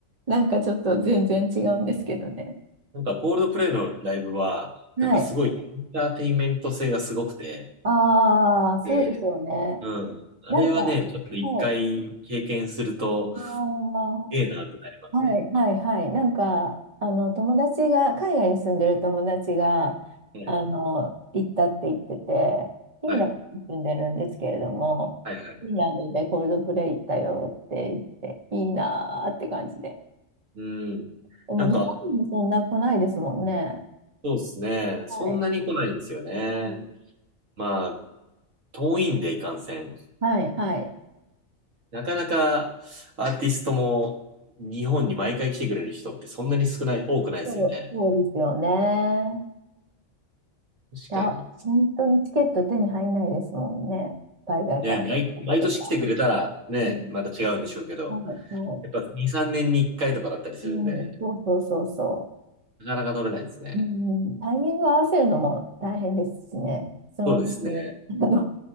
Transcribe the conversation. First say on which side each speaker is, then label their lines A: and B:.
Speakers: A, on the right (about 30°); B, on the right (about 85°).
A: なんかちょっと全然違うんですけどね。
B: なんかコールドプレイのライブは、
A: はい。
B: なんかすごいエンターテインメント性がすごくて、
A: ああ、
B: ええ
A: そうですよね。
B: うん。あれはね、
A: なんか、は
B: ちょっと一回経験すると、
A: い。ああ、
B: ええなってなりますね。
A: はい。はいはい。なんか、あの、友達が、海外に住んでる友達が、
B: ええ
A: あの、行ったって言ってて、フィンランドに住んでるんですけれども、
B: はい。はいはい。
A: フィンランドでコールドプレイ行ったよって言って、いいなーって感じで。
B: うん。
A: でも日本にもそんな来ないですもんね。
B: なんか、そうですね。
A: はい。
B: そんなに来ないんですよね。
A: はい
B: まあ、遠いんでいかんせん。
A: はい、はい。
B: なかなかアーティストも日本に毎回来てくれる人ってそんなに少ない、多くないですよね。
A: そう、そうですよね。
B: 確かに。
A: いや、本当にチケット手に入んないですもんね。海外から来た方とか。
B: ね、毎、毎年来てくれたらね、
A: うん、
B: また違うんでしょうけど、
A: はい、はい。
B: やっぱ2、3年に1回とかだったりするんで、
A: うん、そうそうそうそ
B: なかなか取れないですね。
A: う。うん、タイミング合わせるのも大変ですしね。その時に、
B: そうですね。
A: あの